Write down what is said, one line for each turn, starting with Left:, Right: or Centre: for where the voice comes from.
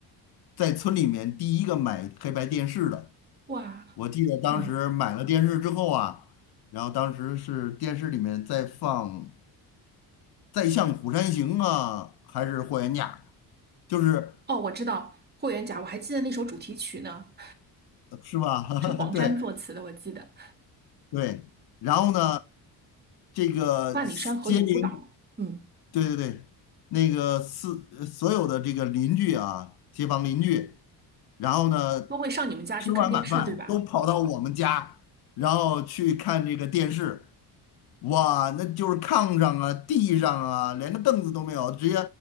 Left: 在村里面第一个买黑白电视的。
Right: 哇，
Left: 我记得当时买了电视之后啊，
Right: 嗯，
Left: 然后当时是电视里面在放《再向虎山行》啊，还是《霍元甲》，就是
Right: 哦，我知道《霍元甲》，我还记得那首主题曲呢，
Left: 呃是吧？
Right: 是黄沾作词的，
Left: <laughs> 对。
Right: 我记得
Left: 对，然后呢，这个接零。
Right: 《万里山河永不倒》。嗯，
Left: 对对对，那个是呃所有的这个邻居啊，街坊邻居，然后呢，
Right: 都会上你们家去看电视，
Left: 吃完晚饭都跑到我们家，
Right: 对吧？
Left: 然后去看这个电视，哇，那就是炕上啊、地上啊，连个凳子都没有，直接